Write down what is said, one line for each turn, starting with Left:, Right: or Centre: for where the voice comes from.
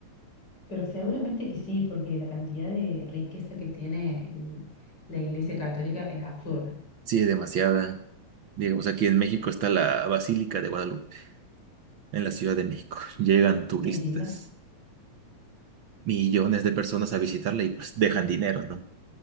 Left: pero seguramente que sí, porque la cantidad de riqueza que tiene el- la Iglesia Católica es absurda.
Right: Sí, es demasiada. Digamos, aquí en México está la Basílica de Guadalupe, en la Ciudad de México. <laughs> Llegan turistas,
Left: Es linda,
Right: millones de personas a visitarla y pues dejan dinero, ¿no?